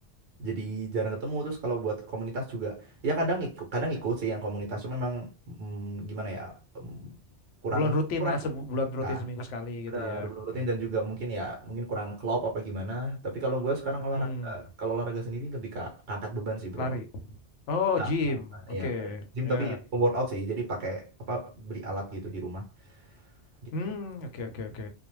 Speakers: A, on the right (about 60°); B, on the left (about 85°).
A: jadi jarang ketemu terus kalau buat komunitas juga ya kadang ikut kadang ikut sih yang komunitas cuma memang mm, gimana ya mm, kurang
B: bulan rutin
A: kurang
B: lah, ya, sebulan rutin
A: ya
B: seminggu sekali
A: bener
B: gitu ya.
A: belum rutin
B: Ya.
A: dan juga mungkin ya mungkin kurang klop apa gimana tapi kalau gue sekarang
B: Hmm,
A: olahraga kalau olahraga sendiri lebih ke angkat beban sih bro
B: lari. Oh,
A: Nah,
B: gym. Oke,
A: ya gym
B: ya.
A: tapi workout sih jadi pakai apa beli alat gitu di rumah gitu.
B: Hmm, oke, oke, oke.